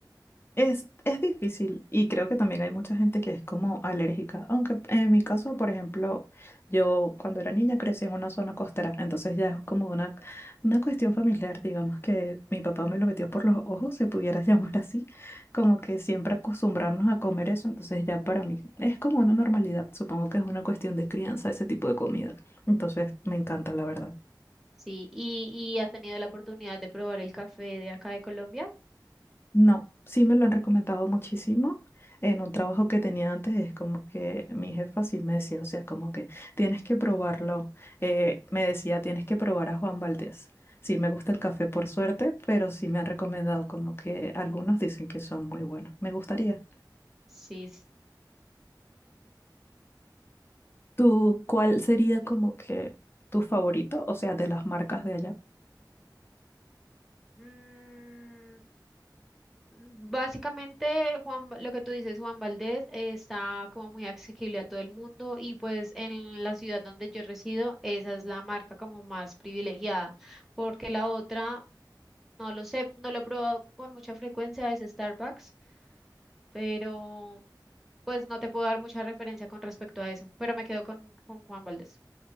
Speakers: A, on the left; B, in the centre.
A: Es, es difícil y creo que también hay mucha gente que es como alérgica, aunque en mi caso, por ejemplo, yo cuando era niña crecí en una zona costera, entonces ya es como una, una cuestión familiar, digamos que mi papá me lo metió por los ojos, se pudiera <laughs> llamar así, como que siempre acostumbrarnos a comer eso, entonces ya para mí es como una normalidad, supongo que es una cuestión de crianza ese tipo de comida, entonces me encanta la verdad.
B: Sí, ¿y, y has tenido la oportunidad de probar el café de acá de Colombia?
A: No, sí me lo han recomendado muchísimo. En un trabajo que tenía antes es como que mi jefa sí me decía, o sea, como que tienes que probarlo. Eh, me decía, tienes que probar a Juan Valdez. Sí, me gusta el café por suerte, pero sí me han recomendado como que algunos dicen que son muy buenos. Me gustaría.
B: Sí, sí.
A: ¿Tú cuál sería como que tu favorito, o sea, de las marcas de allá?
B: Mm, básicamente, Juan, lo que tú dices, Juan Valdez, eh, está como muy accesible a todo el mundo y pues en la ciudad donde yo resido, esa es la marca como más privilegiada, porque la otra, no lo sé, no lo he probado con mucha frecuencia, es Starbucks, pero pues no te puedo dar mucha referencia con respecto a eso, pero me quedo con, con Juan Valdez.